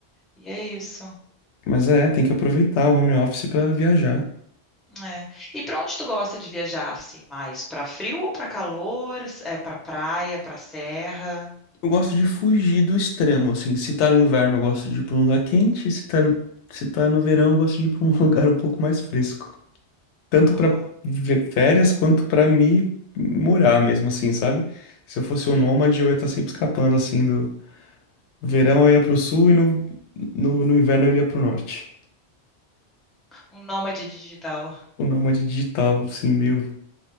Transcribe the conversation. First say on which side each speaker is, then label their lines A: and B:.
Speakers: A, in the centre; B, on the left.
A: E é isso.
B: Mas é, tem que aproveitar o home office pra viajar.
A: É. E para onde tu gosta de viajar assim mais? Para frio ou para calor? É para praia, para serra?
B: Eu gosto de fugir do extremo, assim. Se tá no inverno, eu gosto de ir pra um lugar quente. Se tá, se tá no verão, eu gosto de ir pra um <laughs> lugar um pouco mais fresco. Tanto
A: Ah,
B: pra ver férias, quanto pra me morar mesmo, assim, sabe? Se eu fosse
A: sim.
B: um nômade, eu ia estar sempre escapando, assim, do verão eu ia pro sul e no, no, no inverno eu ia pro norte.
A: Um nômade digital.
B: O nômade digital, assim, meio